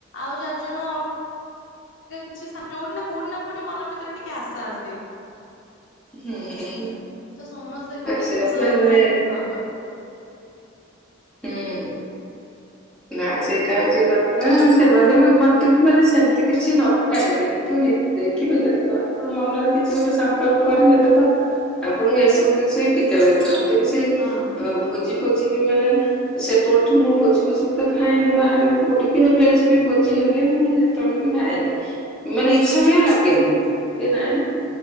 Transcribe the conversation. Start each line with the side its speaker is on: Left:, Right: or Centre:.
Left: ଆଉ ଚାରି ଜଣ ଅ ଯ- କିଛି ଯୋଉଠି ନା କୋଉଠି ନା କୋଉଠି ମନ ଭିତରେ ଟିକେ ଆଶା ଆସେ।
Centre: ହୁଁ ହୁଁ ହୁଁ
Left: ତ ସମସ୍ତେ ଗୋଟେ
Centre: ସେଇଆ
Left: ଜିନିଷ
Centre: ପରା ମାନେ
Left: ଖାଇଲେ ହିଁ ଭଲ।
Centre: ହୁଁ, ନା ସେଇଟା ହଉଛି କଥା, ସେମାନେ ବି ମୋତେ ବି ମାନେ ସେମ ତି କିଛି ନଥାଏ, ଯେହେତୁ ନେ-ଦେଖିବେ ଯେତେବେଳେ ଆପଣ ମନରେ କିଛି ଗୋଟେ ସଂକଳ୍ପ କରିନେବେ ତ ଆପଣଙ୍କୁ ଏସବୁ ଜିନିଷ ହିଁ ଫିକା ଲାଗିବ ମୋତେ ବି ସେ
Left: ହଁ
Centre: ଅ, ଭୋଜି ଫୋଜି କି ବି ମାନେ ସେପଠୁ ମୁଁ ଭୋଜି ଫୋଜି ବି ତ ଖାଏନି ବାହାରେ ବି କୋଉଠି। ପିଅର୍ ଭେଜ୍ ବି ଭୋଜି ହେଲେ ବି ମୁଁ ଯେ ତେବେଳେ ବି ଖାଏନି, ମାନେ ଇଚ୍ଛା ବି ଲାଗେନି ଇଏ ନାଇଁ